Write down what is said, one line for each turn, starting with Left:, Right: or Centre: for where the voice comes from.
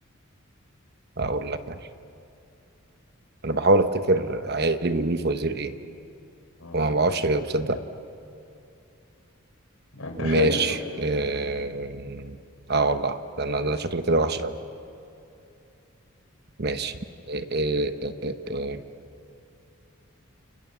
Right: اقول لك انا انا بحاول افتكر عيالي بيقولوا لي فوازير ايه
Left: مم.
Right: وما بعرفش اجاوب تصدق
Left: لا انت
Right: ماشي
Left: خايب بقى
Right: اه آه والله ده انا ده انا شكلي كده وحش قوي. ماشي إيه إيه إيه إيه إيه.